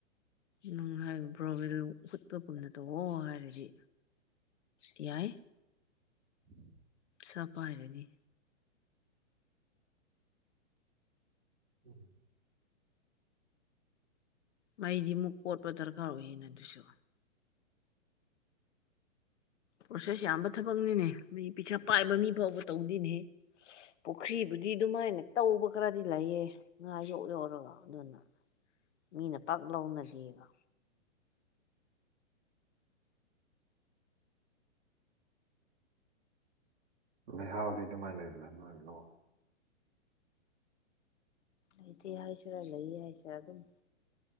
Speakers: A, on the left (about 65°); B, on the right (about 60°).
A: ꯪ <unintelligible> ꯍꯨꯠꯄꯒꯨꯝꯅ ꯇꯧꯋꯣ ꯍꯥꯏꯔꯗꯤ ꯌꯥꯏ
B: ꯎꯝ <inaudible>
A: ꯈꯥ ꯄꯥꯏꯔꯅꯤ
B: ꯎꯝ <unintelligible>
A: ꯃꯩꯗꯤ ꯑꯃꯨꯛ ꯀꯣꯠꯄ ꯗꯔꯀꯥꯔ ꯑꯣꯏꯌꯦꯅꯦ ꯑꯗꯨꯁꯨ ꯄ꯭ꯔꯣꯁꯦꯁ ꯌꯥꯝꯕ ꯊꯕꯛꯅꯤꯅꯦ ꯃꯤ ꯄꯩꯁꯥ ꯄꯥꯏꯕ ꯃꯤ ꯐꯥꯎꯕ ꯇꯧꯗꯦꯅꯦ ꯄꯨꯈ꯭ꯔꯤꯕꯨꯗꯤ ꯑꯗꯨꯃꯥꯏꯅ ꯇꯧꯕ ꯈꯔꯗꯤ ꯂꯩꯑꯦ ꯉꯥ ꯌꯣꯛ ꯌꯣꯛꯔꯒ ꯑꯗꯨꯅ ꯃꯤꯅ ꯄꯥꯛ ꯂꯧꯅꯗꯦꯕ
B: ꯂꯩꯍꯥꯎꯗꯤ ꯑꯗꯨꯃꯥꯏꯅ ꯂꯩꯕ꯭ꯔꯥ ꯅꯣꯢ ꯂꯧ
A: ꯂꯩꯇꯦ ꯍꯥꯏꯁꯤꯔꯥ ꯂꯩ ꯍꯥꯏꯁꯤꯔꯥ ꯑꯗꯨꯝ